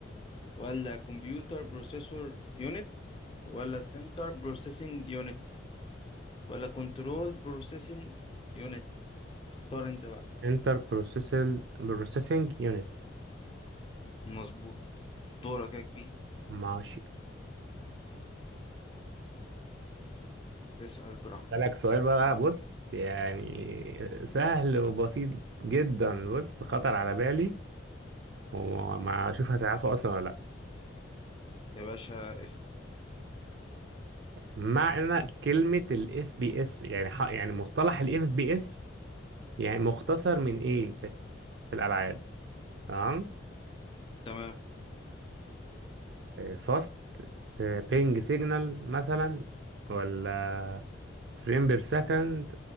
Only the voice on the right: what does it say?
انتر بروسيسل بروسيسنج يونت
ماشي
لك سؤال بقى بص يعني سهل وبسيط جدا بص خطر على بالي وما اشوف هتعرفه اصلا ولا لا
معنى كلمة الاف بي اس يعني ح... يعني مصطلح الاف بي اس يعني مختصر من ايه في, في الالعاب تمام
فاست بينج سيجنال مثلا ولا فريم بير سكند